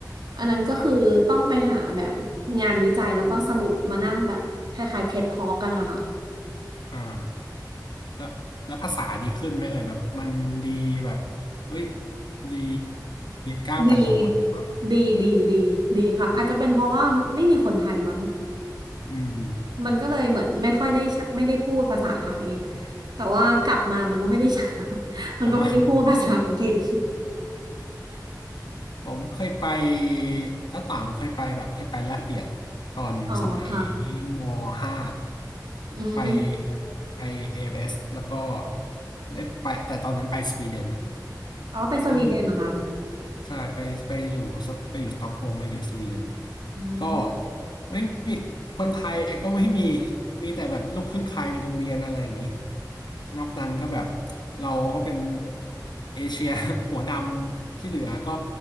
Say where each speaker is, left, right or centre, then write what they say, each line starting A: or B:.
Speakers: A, on the right; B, on the left.
A: อันนั้นก็คือต้องไปหาแบบงานวิจัยแล้วก็สรุปมานั่งแบบคล้ายๆ
B: ครับ
A: TED Talk กันนะคะ
B: อ่าแล้วแล้วภาษาดีขึ้นไหมเอ่ยแบบมันดีแบบเฮ้ยดีก้าวกระโดดหรือว่า
A: ดีดีดีดีดีค่ะ อาจจะเป็นเพราะว่าไม่มีคนไทยมั้ง
B: อืม
A: มันก็เลยเหมือนไม่ค่อยได้ใช้ไม่ได้พูดภาษาไทยแต่ว่ากลับมามันก็ไม่ได้ใช้ <laughs> มันก็ไม่ได้พูดภาษาอังกฤษ
B: แบบว่า <laughs> ผมเคยไปถ้าต่างมันเคยไปแบบเคยไปแลกเปลี่ยนตอนสมัย
A: อ๋อค่ะ
B: มห้า
A: อืม
B: ไปไปเอเอฟเอสแล้วก็ได้ไปแต่ตอนนั้นไปสวีเดน
A: อ๋อไปสวีเดนเหรอคะ
B: ซึ่งใช่ไปไปอยู่สไปอยู่สต็อกโฮล์มไปอยู่สวีเดน
A: อืม
B: ก็ไม่มีคนไทยก็ไม่มีมีแต่แบบลูกครึ่งไทยในโรงเรียนอะไรอย่างนี้นอกนั้นก็แบบเราก็เป็นเอเชีย <laughs> หัวดำที่เหลือก็